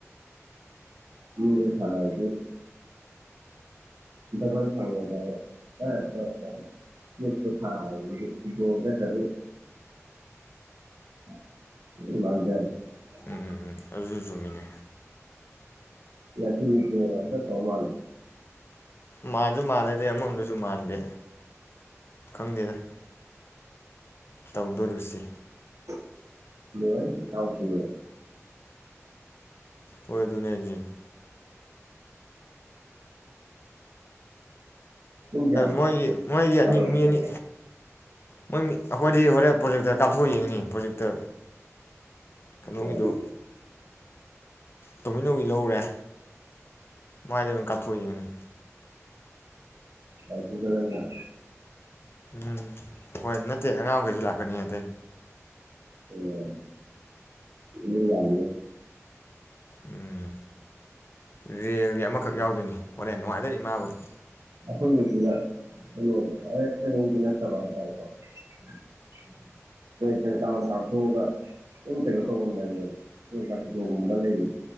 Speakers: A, on the right; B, on the left.
A: ꯃꯤꯒ ꯊꯥꯟꯅꯕꯗꯤ ꯗꯕꯜ ꯐꯪꯔꯦ ꯊꯦꯇꯥꯔꯗ <unintelligible>
B: ꯎꯝ ꯎꯝ ꯎꯝ ꯑꯗꯨꯁꯨ ꯆꯨꯝꯃꯤꯅꯦ
A: ꯂꯛꯁꯃꯤꯗꯦꯕꯇ <unintelligible> <inaudible>
B: ꯃꯥꯟꯁꯨ ꯃꯥꯜꯂꯦꯗ ꯑꯃꯔ‌ꯣꯝꯗꯁꯨ ꯃꯥꯟꯗꯦ ꯈꯪꯗꯦꯗ ꯇꯧꯗꯨꯔꯤꯕꯁꯤ
A: <unintelligible>
B: ꯍ‌ꯣꯏ ꯑꯗꯨꯅ‌ꯦ ꯍꯥꯏꯁ‌ꯦ
A: ꯄꯨꯡ ꯀꯌꯥꯅꯣ
B: ꯃꯣꯏꯒꯤ ꯃꯣꯏꯒꯤ
A: ꯕꯥꯔꯣ
B: ꯑꯅꯤ ꯃꯤ
A: ꯃꯈꯥꯏꯔꯣ
B: ꯑꯅꯤ ꯃꯣꯏ ꯑꯩꯈꯣꯏꯗꯤ ꯍꯣꯔꯦꯟ ꯄ꯭ꯔꯣꯖꯦꯛꯇ ꯀꯥꯞꯊꯣꯛꯑ ꯌꯦꯡꯉꯅꯤ ꯄ꯭ꯔꯣꯖꯦꯛꯇ ꯀꯩꯅꯣꯒꯤꯗ‌ꯣ
A: ꯑꯣ
B: ꯇꯣꯃꯤꯅꯣꯒꯤ ꯂꯧꯔꯨꯔꯦ ꯃꯥꯏꯗꯩ ꯑꯣꯏꯅ ꯀꯥꯞꯊꯣꯛꯑ ꯌꯦꯡꯉꯅꯤ
A: ꯁꯒ <unintelligible>
B: ꯎꯝ ꯍꯣꯏ ꯅꯠꯇꯦ ꯑꯉꯥꯡ ꯃꯈꯩꯁꯨ ꯂꯥꯛꯀꯅꯤ ꯑꯇꯩ
A: ꯎꯝ ꯃꯤ ꯌꯥꯝ
B: ꯎꯝ ꯔꯦꯜꯒꯤ ꯑꯃꯈꯛ ꯌꯥꯎꯗꯣꯏꯅꯤ ꯍ‌ꯣꯔ‌ꯦꯟ ꯅꯨꯡꯉꯥꯏꯗꯨꯏꯅꯤ ꯃꯥꯕꯨꯗꯨ
A: ꯑꯈ‌ꯣꯏꯕꯨꯗꯤ ꯀꯩꯅꯣꯗ ꯍꯦꯛ ꯀꯩꯅꯣꯝꯗꯤ ꯅꯠꯇꯕ ꯍꯥꯏꯇꯥꯔꯦꯀ‌ꯣ ꯇꯥꯎꯅ ꯀꯥꯞꯊꯣꯛꯑꯒ ꯑꯗꯨꯝ ꯀꯩꯅꯣ ꯇꯧꯕ ꯂꯩ ꯀꯥꯁꯤꯀꯣꯒꯨꯝꯕ ꯂꯩꯔꯤ